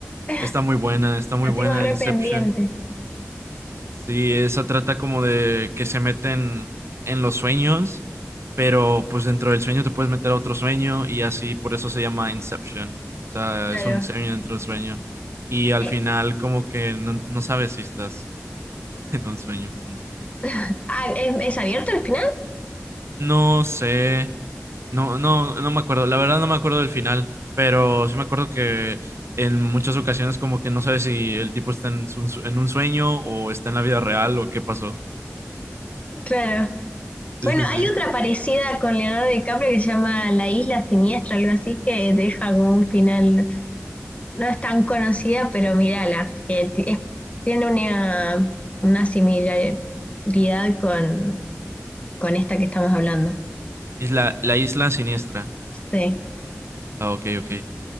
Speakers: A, on the left; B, on the right.
A: <laughs>
B: Está muy buena, está muy
A: La
B: buena
A: tengo re
B: Inception.
A: pendiente.
B: Sí, esa trata como de que se meten en los sueños, pero pues dentro del sueño te puedes meter a otro sueño y así, por eso se llama Inception. O sea,
A: Claro.
B: es un sueño dentro del sueño. Y al
A: Eh,
B: final como que no, no sabes si estás <laughs> En un sueño o no.
A: <laughs> ah, ¿es, es abierto al final?
B: No sé. No, no, no me acuerdo. La verdad no me acuerdo del final, pero sí me acuerdo que en muchas ocasiones como que no sabes si el tipo está en, su- en un sueño o está en la vida real o qué pasó.
A: Claro.
B: Sí,
A: Bueno,
B: sí, sí.
A: hay otra parecida con Leonardo DiCaprio que se llama La Isla Siniestra, algo así, que deja como un final, no es tan conocida, pero mírala, que ti- es- tiene una, una similaridad con, con esta que estamos hablando.
B: Isla, la isla siniestra.
A: Sí.
B: Ah, ok, ok.